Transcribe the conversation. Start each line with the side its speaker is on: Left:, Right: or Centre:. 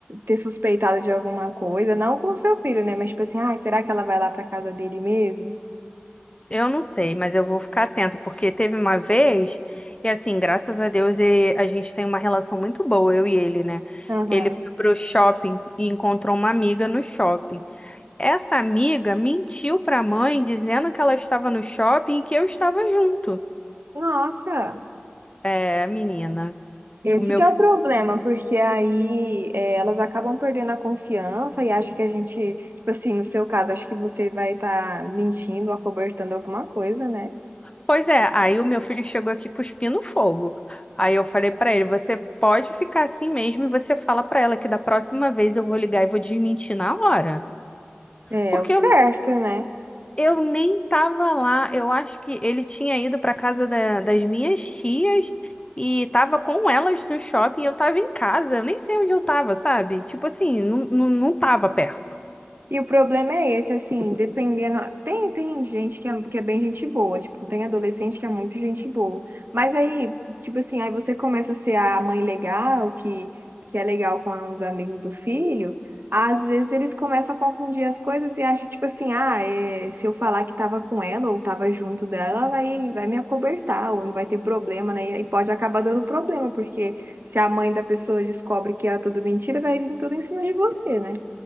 Right: ter suspeitado de alguma coisa, não com o seu filho, né? Mas tipo assim, ah, será que ela vai lá para casa dele mesmo?
Left: Eu não sei, mas eu vou ficar atenta, porque teve uma vez, e assim, graças a Deus, e a gente tem uma relação muito boa, eu e ele, né?
Right: Aham.
Left: Ele foi pro shopping e encontrou uma amiga no shopping. Essa amiga mentiu pra mãe dizendo que ela estava no shopping e que eu estava junto.
Right: Nossa,
Left: É, menina,
Right: esse
Left: o meu.
Right: que
Left: fi-
Right: é o problema, porque aí é, elas acabam perdendo a confiança e acham que a gente, tipo assim, no seu caso, acho que você vai estar mentindo, acobertando alguma coisa, né?
Left: Pois é, aí o meu filho chegou aqui cuspindo fogo. Aí eu falei pra ele, você pode ficar assim mesmo e você fala pra ela que da próxima vez eu vou ligar e vou desmentir na hora.
Right: É,
Left: Porque
Right: é o certo, né?
Left: Eu nem tava lá. Eu acho que ele tinha ido para casa da- das minhas tias e tava com elas no shopping. Eu tava em casa. Eu nem sei onde eu tava, sabe? Tipo assim, não, não, não tava perto.
Right: E o problema é esse, assim, dependendo. Tem, tem gente que é, que é bem gente boa, tipo, tem adolescente que é muito gente boa. Mas aí, tipo assim, aí você começa a ser a mãe legal, que, que é legal com os amigos do filho. Às vezes eles começam a confundir as coisas e acham, tipo assim, ah, é, se eu falar que tava com ela ou tava junto dela, ela vai, vai me acobertar, ou não vai ter problema, né? E aí pode acabar dando problema, porque se a mãe da pessoa descobre que é tudo mentira, vai vir tudo em cima de você, né?